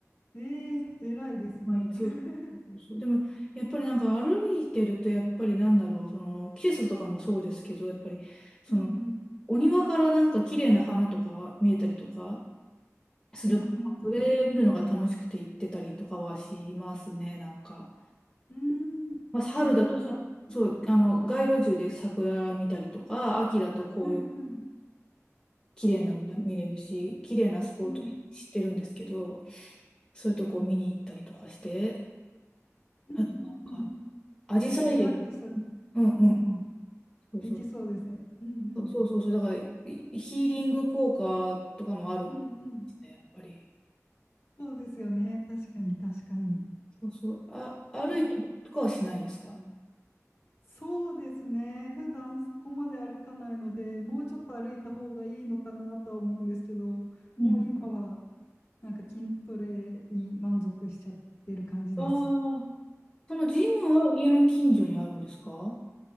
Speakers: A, on the left; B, on the left.
A: えー、偉いですね。
B: 毎日そうそ
A: <laughs>
B: うそうでも、やっぱりなんか歩いてると、やっぱりなんだろう、その季節とかもそうですけど、やっぱりその
A: うんうん。
B: お庭からなんか綺麗な花とか見えたりとかするから、
A: うんうん
B: それ見るのが楽しくて行ってたりとかはしますね、なんか。
A: うん。うーん。
B: まあ、春だとさ、
A: なるほど。
B: そう、あの街路樹で桜見たりとか、秋だと紅葉。
A: うんうん。
B: 綺麗なのが見れるし、綺麗なスポット知ってるんですけど、
A: うん
B: そういうとこを見に行ったりとかして、
A: うんうんうん。
B: あとなんか、アジサイ園、
A: なんかリラックス、うん
B: うんうん、
A: うん。
B: そうそう、
A: できそうですね。うんうん。
B: そうそうそうそう、だからいヒーリング効果とかもあるんですね、
A: うんうん。
B: やっぱり。
A: そうですよね。確かに確かに。
B: そうそう、あ、歩いたりとかはしないですか、
A: え
B: あんま
A: そうですね。普段そこまで歩かないので、もうちょっと歩いた方がいいのかなとは思うんですけど、
B: うん。
A: もう今はなんか筋トレに満足しちゃってる感じです。
B: ああ、そのジムは家の近所にあるんですか